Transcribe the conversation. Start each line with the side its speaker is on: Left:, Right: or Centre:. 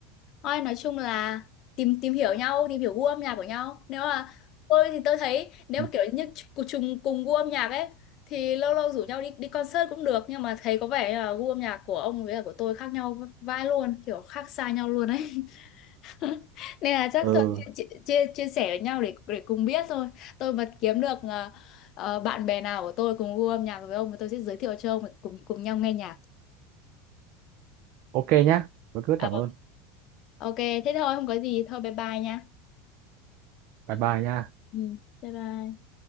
Left: Thôi nói chung là tìm tìm hiểu nhau, tìm hiểu gu âm nhạc của nhau. Nếu mà tôi thì tôi thấy nếu
Right: ừ
Left: mà kiểu như cùng chung cùng gu âm nhạc ấy thì lâu lâu rủ nhau đi đi concert cũng được nhưng mà thấy có vẻ như là gu âm nhạc của ông với cả của tôi khác nhau vai luôn, kiểu khác xa nhau luôn ấy. <laughs> Nên là chắc
Right: ừ,
Left: thôi chia, chia, chia chia sẻ với nhau để để cùng biết thôi. Tôi mà kiếm được ờ, ờ, bạn bè nào của tôi cùng gu âm nhạc với ông thì tôi sẽ giới thiệu cho ông để cùng cùng nhau nghe nhạc.
Right: ok nhá rất rất
Left: Ờ,
Right: cảm ơn
Left: ok, thế thôi không có gì, thôi bye bye nha.
Right: bye bye nhá
Left: Ừ, bye bye.